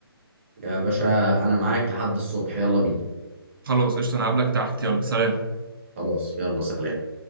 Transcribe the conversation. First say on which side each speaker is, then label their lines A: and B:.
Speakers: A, on the right; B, on the right.
A: يا باشا انا معاك لحد الصبح يلا بينا
B: خلاص قشطه انا هقابلك تحت يلا سلام
A: خلاص يلا سلام